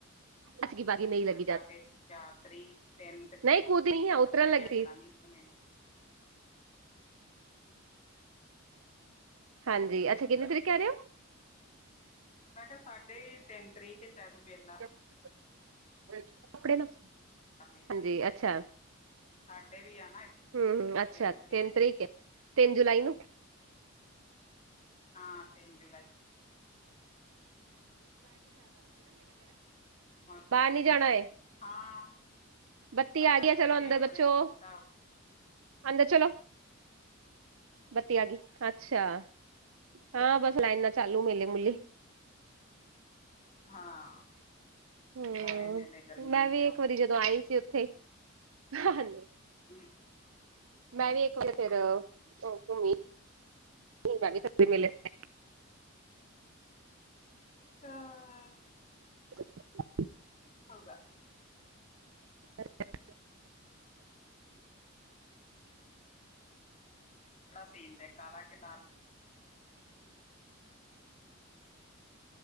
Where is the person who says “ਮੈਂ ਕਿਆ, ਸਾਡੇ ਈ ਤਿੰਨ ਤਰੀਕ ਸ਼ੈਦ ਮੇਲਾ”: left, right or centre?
Left